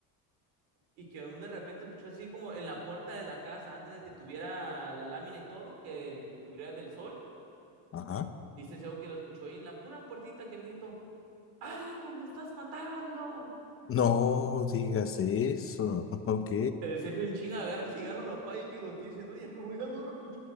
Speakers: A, on the right; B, on the left.
A: y que aún de repente escuchó así como en la puerta de la casa, antes de que tuviera la lámina y todo, que cubriera del sol,
B: Ajá.
A: dice Seo que lo escuchó ahí en la pura puertita que él gritó, ¡Ay, no, me estás matando!
B: No digas eso. <laughs> Ok.
A: el Sergio en chinga agarra el cigarro, lo apaga y que lo tira y dice, no, ya me voy a dormir.